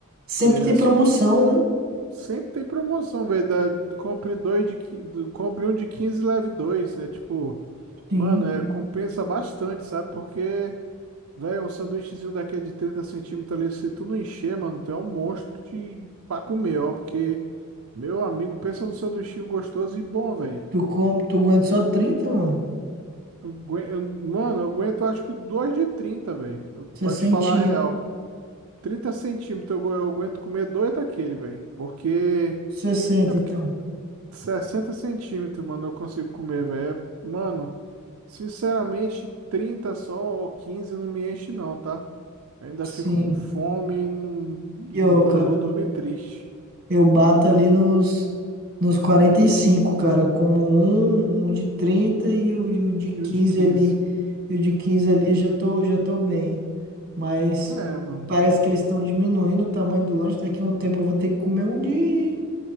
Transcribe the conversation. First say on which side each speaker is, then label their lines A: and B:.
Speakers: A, on the right; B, on the right.
A: Sempre
B: é,
A: tem promoção,
B: su-
A: né?
B: Sempre tem promoção, velho. da- Compre dois de, qui- do- compre um de 15 e leve dois. É tipo.
A: Sim.
B: Mano, é, compensa bastante, sabe? Porque, velho, um sanduíchezinho daquele de 30 centímetros ali, se tu não encher, mano, tu é um monstro de... pra comer, ó. Porque, meu amigo, pensa num sanduichinho gostoso e bom, velho.
A: Tu, come, tu aguenta só trinta mano?
B: Eu ague- eu- Mano, eu aguento acho que dois de 30 velho. Eu-
A: sessenta
B: Pra te falar a real. trinta centímetros eu, agu- eu aguento comer dois daquele, velho. Porque.
A: sessenta
B: É porque
A: então.
B: 60 centímetros, mano, eu consigo comer, velho. É, Mano, sinceramente, 30 só ou 15 não me enche, não, tá? Eu ainda
A: Sim.
B: fico com fome e não, não
A: E ô,
B: vou,
A: cara,
B: eu vou dormir triste.
A: Eu bato ali nos, nos 45 cara, como um, um de 30 e o, e o de
B: E
A: 15
B: um de quinze
A: ali. E o de 15 ali já tô, já tô bem. Mas
B: É, mano.
A: parece
B: <laughs>
A: que eles estão diminuindo o tamanho do lanche. Daqui a um tempo eu vou ter que comer um de,